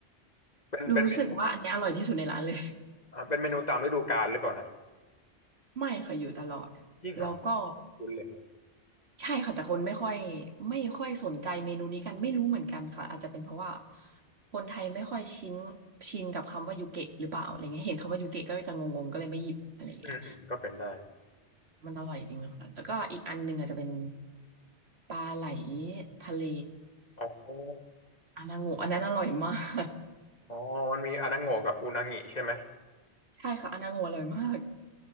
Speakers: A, on the left (about 40°); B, on the right (about 65°).
A: เป็นเป็นเมนู
B: รู้สึกว่าอันเนี้ยอร่อยที่สุดในร้านเลย
A: อ่าเป็นเมนูตามฤดูกาลหรือเปล่านะ
B: <laughs> ไม่ค่ะอยู่ตลอดแล้วก็
A: ยิ่งเหรอคุ้นเลยนะ
B: ใช่ค่ะแต่คนไม่ค่อยไม่ค่อยสนใจเมนูนี้กันไม่รู้เหมือนกันค่ะอาจจะเป็นเพราะว่าคนไทยไม่ค่อยชินชินกับคำว่ายูเกะหรือเปล่าอะไรเงี้ยเห็นคำว่ายูเกะก็จะงงๆก็เลยไม่หยิบอะไรเงี้ย
A: อืมอืมก็เป็นได้
B: มันอร่อยจริงนะคะแล้วก็อีกอันหนึ่งอาจจะเป็นปลาไหลทะเล
A: อ๋อ
B: อานาโงะอันนั้นอร่อยมาก
A: อ๋อมันมีอานาโงะกับอุนางิใช่ไหม
B: ใช่ค่ะอานาโงะอร่อยมาก